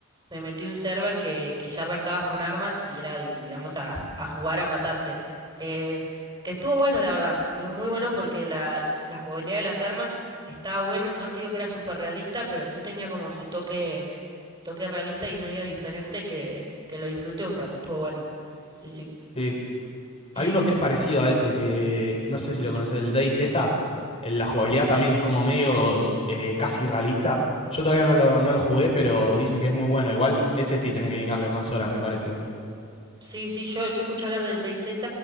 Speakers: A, on the right (about 20°); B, on the left (about 30°).
A: me metí un server que, que ya arrancabas con armas y era, di- digamos, a, a jugar a matarse. Eh, que estuvo bueno, la verdad. Muy, muy bueno porque la, la jugabilidad de las armas estaba buena. No te digo que era súper realista, pero sí tenía como su toque toque realista y medio diferente que, que lo disfruté un rato, estuvo bueno. Sí, sí.
B: Sí.
A: Y
B: Hay uno que es parecido a ese, que no sé si lo conoces, el DayZ. En La jugabilidad también es como medio eh, casi realista. Yo todavía no lo, no lo jugué, pero dicen que es muy bueno. Igual ese sí tenés que dedicarle más horas, me parece, ¿o no?
A: sí, sí, yo, yo escuché hablar del DayZ,